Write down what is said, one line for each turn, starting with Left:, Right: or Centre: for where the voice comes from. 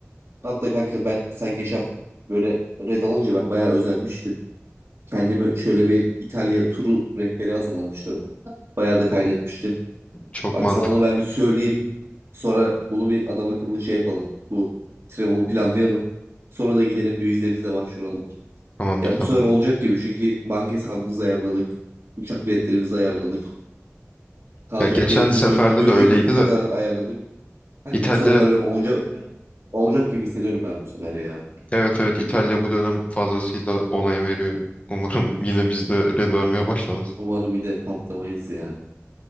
Right: Hatta kanka ben sen geçen böyle red alınca ben bayağı özenmiştim. Kendime şöyle bir İtalya turu rehberi hazırlamıştım. Bayağı da kaydetmiştim.
Left: Çok
Right: Bak
Left: mantıklı
Right: sana onu ben bir söyleyeyim. Sonra bunu bir adam akıllı şey yapalım. Bu travel'ı planlayalım. Sonra da gidelim bir vizemize başvuralım.
Left: tamamdır
Right: Ya
Left: tamam.
Right: bu sefer olacak gibi çünkü banka hesabımızı ayarladık. Uçak biletlerimizi ayarladık. Kalacak
Left: Ya geçen
Right: yerimizi
Left: seferde
Right: dönecek, dönecek
Left: de öyleydi
Right: günümüze
Left: de
Right: kadar ayarladık. Kanka
Left: İtalya
Right: bu sefer ben olacak olacak gibi hissediyorum ben bu sefer ya.
Left: evet evet İtalya bu dönem fazlasıyla onay veriyor. Umarım yine bizde red vermeye başlamaz.
Right: Umarım yine patlamayız ya.